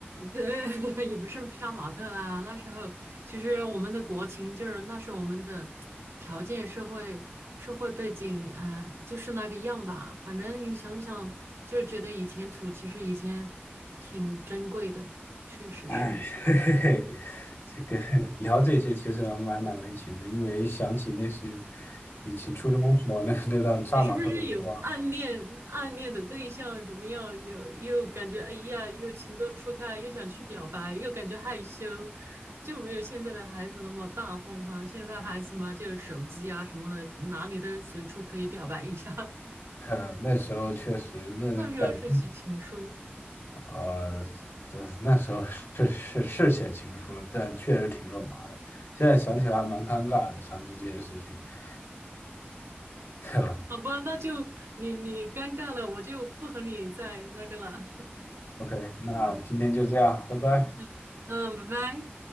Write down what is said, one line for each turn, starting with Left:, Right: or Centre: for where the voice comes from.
Right: 对，<laughs> 也不是杀马特啦。那时候其实我们的国情就是那时候我们的条件、社会、社会背景啊、呃就是那个样吧。反正你想想，就觉得以前土其实以前挺珍贵的，确实是。
Left: <laughs> 哎，嘿嘿嘿，这个聊这些其实还蛮难为情的，因为想起那是以前初中时候那那段杀马特的书啊，
Right: 你是不是有暗恋暗恋的对象？怎么样？有又感觉哎呀，又情窦初开，又想去表白，又感觉害羞，就没有现在的孩子那么大方哈。现在孩子嘛，就个手机啊什么的，哪里都随处可以表白一下。<laughs>
Left: 呃那时候确实那感觉
Right: 那时候是写情书，
Left: 呃，对那时候是是是写情书，但确实挺肉麻的。现在想起来还蛮尴尬的，想起这些事情，<laughs> 对吧
Right: 好吧？那就你你尴尬了，我就不和你再那个了。
Left: ？OK，那今天就这样，拜拜。
Right: <laughs> 嗯，拜拜。